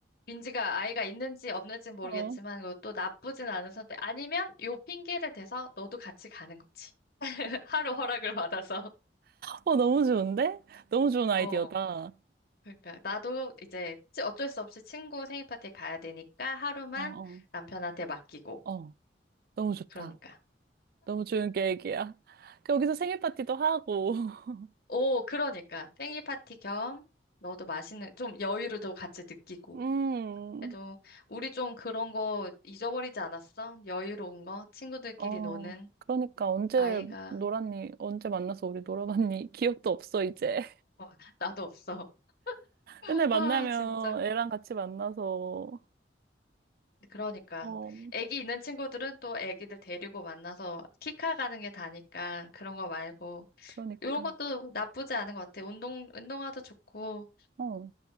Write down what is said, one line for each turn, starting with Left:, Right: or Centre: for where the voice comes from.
Left: 민지가 아이가 있는지 없는지 모르겠지만
Right: 어.
Left: 그것도 나쁘진 않은 선택. 아니면 요 핑계를 대서 너도 같이 가는 거지. <laughs> 하루 허락을 받아서. <laughs>
Right: 어, 너무 좋은데? 너무 좋은 아이디어다.
Left: 어, 그러니까 나도 이제 치- 어쩔 수 없이 친구 생일 파티에 가야 되니까 하루만
Right: 어, 어,
Left: 남편한테 맡기고.
Right: 어. 너무 좋다.
Left: 그러니까.
Right: 너무 좋은 계획이야. 그 여기서 생일 파티도 하고. <laughs>
Left: 오, 그러니까 생일 파티 겸 너도 맛있는 좀 여유를 또 같이 느끼고.
Right: 음,
Left: 그래도 우리 좀 그런 거 잊어버리지 않았어? 여유로운 거 친구들끼리
Right: 어.
Left: 노는
Right: 그러니까 언제
Left: 아이가
Right: 놀았니? 언제 만나서 우리 놀아봤니? <laughs> 기억도 없어, 이제.
Left: 어, 나도 없어. <laughs>
Right: 맨날 만나면
Left: 와, 진짜.
Right: 애랑 같이 만나서,
Left: 그러니까
Right: 어,
Left: 애기 있는 친구들은 또 애기들 데리고 만나서 키카 가는 게 다니까 그런 거 말고
Right: 그러니까.
Left: 이런 것도 나쁘지 않은 것 같아. 운동 운동화도 좋고
Right: 어,